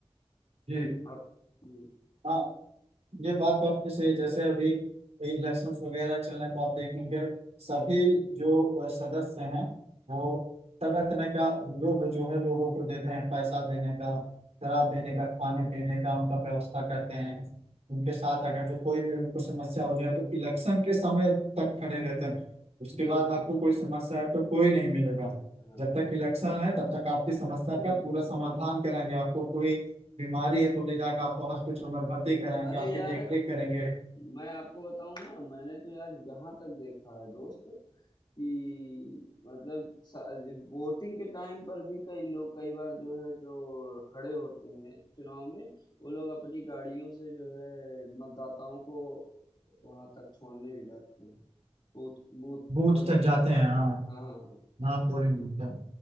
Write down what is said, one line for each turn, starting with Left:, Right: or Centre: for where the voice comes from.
Right: जी
Left: आप हम्म,
Right: हाँ ये बात तो आपकी सही है जैसे अभी इलेक्शंस वगैरह चल रहे हैं तो आप देखेंगे सभी जो अ, सदस्य हैं वो तरह तरह का लोभ जो है लोगों को देते हैं पैसा देने का शराब देने का खाने पीने का उनका व्यवस्था करते हैं उनके साथ अगर जो कोई भी उनको समस्या हो जाए तो इलेक्शन के समय तक खड़े रहते हैं उसके
Left: बिल्कुल
Right: बाद आपको कोई समस्या है तो कोई नहीं मिलेगा
Left: हाँ
Right: जब तक इलेक्शन है तब तक आपकी समस्या
Left: बिल्कुल
Right: का पूरा समाधान कराएंगे आपको कोई बीमारी है तो ले जाकर आपको हॉस्पिटल में भर्ती कराएंगे
Left: अरे
Right: आपकी
Left: यार
Right: देख रेख करेंगे
Left: मैं आपको बताऊं ना मैंने तो यार यहाँ तक देखा है दोस्त कि मतलब वोटिंग के टाइम पर भी कई लोग कई बार जो है जो खड़े होते हैं चुनाव में वो लोग अपनी गाड़ियों से जो है मतदाताओं को वहां तक छोड़ने भी जाते हैं बूथ बूथ
Right: बूथ
Left: तक पोलिंग
Right: तक
Left: बूथ
Right: जाते
Left: तक
Right: हैं हाँ
Left: हाँ हाँ हाँ,
Right: हाँ पोलिंग बूथ तक